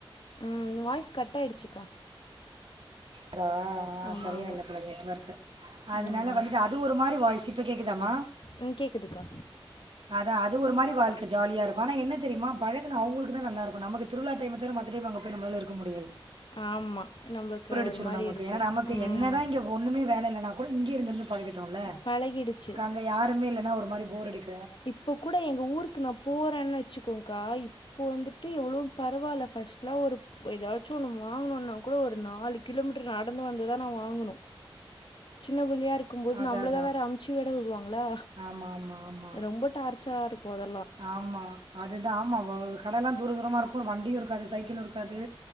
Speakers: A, on the left; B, on the right.
A: ம் வாய்ஸ் கட் ஆயிடுச்சுக்கா
B: அதா ஆ
A: ஆமா,
B: சரியா
A: ஆமா.
B: இல்ல போல நெட்வர்க்கு அதனால
A: ம்.
B: வந்துட்டு அ அது ஒரு மாரி வாய்ஸ் இப்ப கேக்குதாமா
A: ம் கேக்குதுக்கா
B: அதா அது ஒரு மாரி வாழ்க்க ஜாலிய இருக்கும் ஆனா என்ன தெரியுமா பழகுன அவுங்களுக்கு தா நல்லாருக் அப்ப நமக்கு திருவிழா டைம் தவற மத்த டைம் அங்க போய் நம்மளால இருக்க முடியது
A: ஆமா நம்மளுக்கு ஒரு
B: வெச்சுரு
A: மாரி
B: நமக்கு
A: இருக்கும்.
B: ஏன்னா நமக்கு
A: ம்.
B: என்ன தா இங்க ஒன்னுமே வேல இல்லனா கூட இங்கேய இருந்து இருந்து பழகிட்டோல
A: பழகிடுச்சு
B: அங்க யாருமே இல்லன்னா ஒரு மாரி போர் அடிக்
A: இப்போ கூட எங்க ஊருக்கு நா போறேன்னு வச்சுக்கோக்கா இப்போ வந்துட்டு எவ்ளவோ பரவாயில்ல ஃபர்ஸ்ட்லா ஒரு ஒ ஏதாச்சு ஒண்ணு வாங்கணுனா கூட ஒரு நாலு கிலோமீட்டர் நடந்து வந்துதா நா வாங்கனு சின்ன பிள்ளையா இருக்கும்போது
B: அதான்
A: நம்ளதா
B: அதான்.
A: வேற அனுப்சு விட விடுவாங்களா
B: ஆமா ஆமா ஆ
A: ரொம்ப டார்ச்சரா இருக்கு அதெல்லா
B: ஆமா அதுதா ஆமா கடையெல்லா தூர தூரமா இருக்கு வண்டியு இருக்காது சைக்கிளு இருக்காது